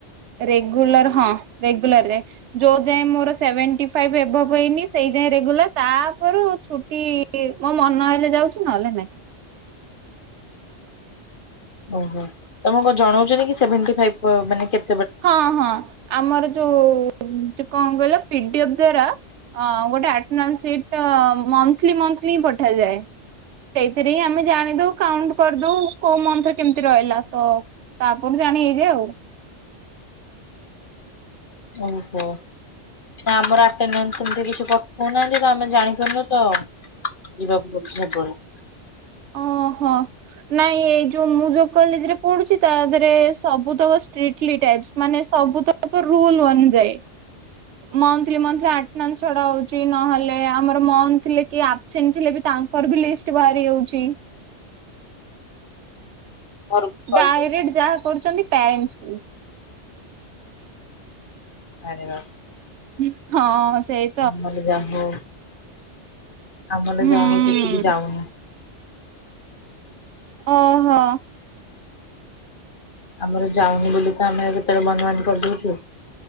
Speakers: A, on the right; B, on the left.
A: ରେଗୁଲାର ହଁ ରେଗୁଲାର ଯାଏ। ଯୋଉ ଯାଏଁ ମୋର ସେଭେଣ୍ଟି ଫାଇଭ୍ ଏଭବ୍ ହେଇନି ସେଇ ଯାଏଁ ରେଗୁଲାର ତାପରୁ ଛୁଟି କି ମୋ ମନ ହେଲେ ଯାଉଛି ନହେଲେ ନାହିଁ।
B: ଓହୋ ତମକୁ କଁ ଜଣଉଛନ୍ତି କି ସେଭେଣ୍ଟି ଫାଇଭ ମାନେ କେ
A: ହଁ ହଁ ଆମର ଯୋଉ ଉଁ ଚୁ କଁ କହିଲ ପିଡିଏଫ୍ ଦ୍ୱାରା ଅଁ ଗୋଟେ attendance sheet monthly monthly ପଠାଯାଏ ସେଇଥିରେ ହିଁ ଆମେ ଜାଣିଦଉ କାଉଣ୍ଟୁ କରିଦଉ କୋଉ ମନ୍ଥରେ କେମତି ରହିଲା ତ ତା <unintelligible> ଜାଣି ହେଇଯାଏ ଆଉ।
B: ଓହୋ। ତ ଆମର ଆଟେନାନ୍ସ ସେମତି କିଛି ପଠଉନାହାନ୍ତି ତ ଆମେ ଜାଣିପାରୁନୁ ତ ଯିବାକୁ ପଡୁଛି ସବୁବେଳେ।
A: ଓହୋ। ନାଇଁ ଏଇ ଯୋଉ ମୁଁ ଯୋଉ କଲେଜରେ ପଢୁଛି ତାଧେରେ ସବୁତକ ଷ୍ଟ୍ରିଟଲି ଟାଇପ୍ସ୍ ମାନେ ସବୁ ତ କ ରୁଲୁ ଅନୁଯାୟୀ। ମନ୍ଥଲି ମନ୍ଥଲି ଆଟନାନ୍ସ ଛଡା ହଉଚି ନହେଲେ ଆମର ମନ୍ଥଲି କିଏ ଆବସେଣ୍ଟ ଥିଲେ ବି ତାଙ୍କ୍ କର ବି ଲିଷ୍ଟି ଭାରିଯାଉଛି।
B: ଘରକୁ କଲ୍
A: ଡାଇରେଟ୍
B: ଯାଉଛି।
A: ଯାହା କରୁଛନ୍ତି ପ୍ୟାରେଣ୍ଟସକୁ।
B: ଆରେ ବାପ୍
A: ହୁଁ। ହଁ ସେଇ
B: ଆମଲ ଯା ହଉ ଆମଲ
A: ହୁଁ
B: ଯା ହଉ ସେତିକି ଯାଉନି।
A: ଓହୋ।
B: ଆମର ଯାଉନି ବୋଲି ତ ଆମେ କେତେବେଳେ ବନ୍ଦ ବାନ୍ଦ କରିଦଉଚୁ।